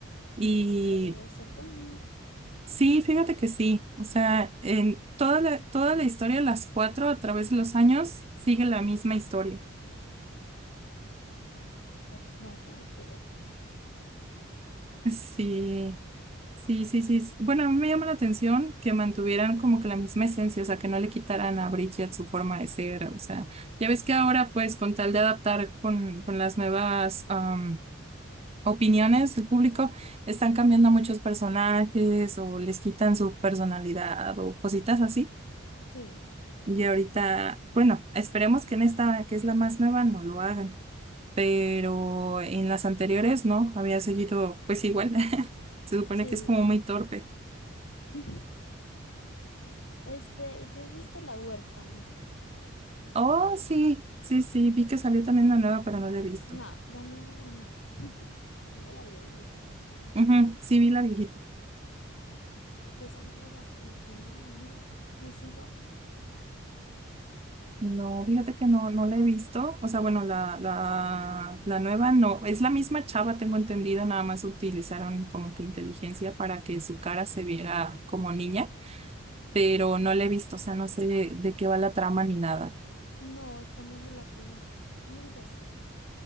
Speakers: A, on the right (about 30°); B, on the left (about 60°).
A: Y
B: ah, pero debe ser bueno,
A: sí, fíjate que sí, o sea, en toda la, toda la historia, las cuatro a través de los años, sigue la misma historia.
B: Va- voy a tener que verme.
A: Sí. Sí, sí, sí. S- Bueno, a mí me llama la atención que mantuvieran como que la misma esencia, o sea, que no le quitaran a Bridget su forma de ser, o sea, ya ves que ahora pues con tal de adaptar con, con las nuevas am, opiniones del público, están cambiando muchos personajes o les quitan su personalidad o cositas así.
B: Sí,
A: Y ahorita, bueno, esperemos que en esta, que es la más nueva, no lo hagan, pero en las anteriores no, había seguido pues igual. <laughs> Se supone
B: sí.
A: que es como muy torpe.
B: <laughs> Este, ¿y te has visto La huérfana?
A: Oh, sí, sí, sí, vi que salió también una nueva, pero no la he visto.
B: No, la nueva no, no. <laughs> Digo la viejita,
A: Ujú, sí, vi la viejita.
B: porque esa nueva como que no, no, no es igual.
A: No, fíjate que no, no la he visto. O sea, bueno, la, la, la nueva no. Es la misma chava, tengo entendido, nada más utilizaron como que inteligencia para que su cara se viera como niña, pero no la he visto, o sea, no sé de qué va la trama ni nada.
B: No, está mejor la primera, mil veces.